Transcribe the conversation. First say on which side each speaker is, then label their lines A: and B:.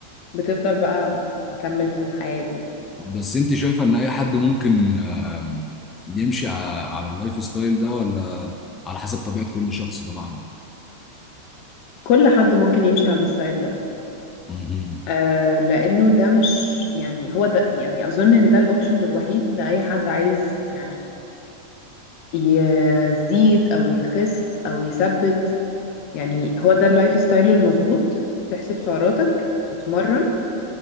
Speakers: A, on the left; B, on the left.
A: بتفضل بقى مكمل في الحياة دي يعني
B: بس انت شايفة ان اي حد ممكن آم، يمشي ع- على اللايف ستايل ده ولا على حسب طبيعة كل شخص طبعا
A: كل حد ممكن يمشي على الستايل ده
B: مم.
A: آه لأنه ده مش يعني هو ده يعني أظن إن ده الأوبشن الوحيد لأي حد عايز يعني يزيد أو يخس أو يثبت يعني هو ده اللايف ستايل المظبوط تحسب سعراتك تتمرن